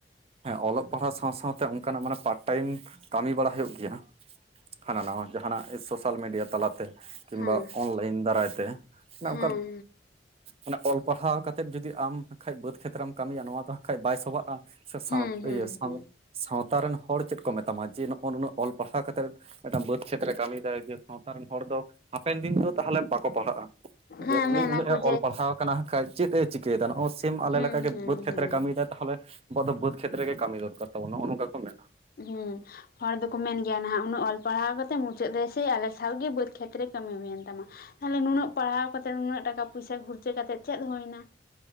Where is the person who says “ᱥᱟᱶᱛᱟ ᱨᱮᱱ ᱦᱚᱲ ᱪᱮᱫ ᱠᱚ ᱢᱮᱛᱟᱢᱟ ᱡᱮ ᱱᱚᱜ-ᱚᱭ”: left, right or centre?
Right